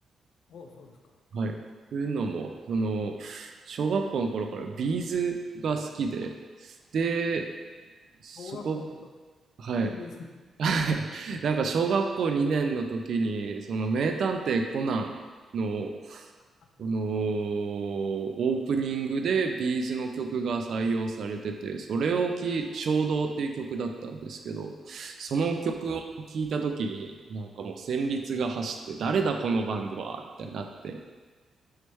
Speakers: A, on the left; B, on the right.
A: おうそうですか。
B: はい。というのも、その、小学校の頃からビーズが好きで、で、そこ、
A: 小学校の時
B: はい。
A: にビーズ
B: はい。
A: がね、
B: <laughs> なんか小学校2年の時に、その名探偵コナンの、
A: あったね。
B: このオープニングでビーズの曲が採用されてて、それをき、衝動っていう曲だったんですけど、その曲を聴いた時に、
A: おう
B: なんかもう旋律が走って、誰だこのバンドはみたいになって、